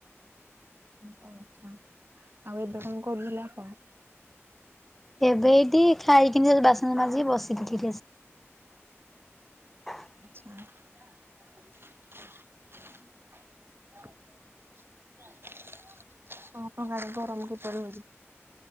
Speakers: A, on the right; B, in the centre.
A: ହୁଁ ଆଛା ଆଉ ଏବେ କଣ କରୁଥିଲେ ଆପଣ?
B: ଏବେ ଏଇଠି ଖାଇକିନି ଯାଉଚି ବାସ ମାଜିକି ବସିଥି <unintelligible>
A: <inaudible> <unintelligible> ଗରମ କିପରି ହେଉଛି?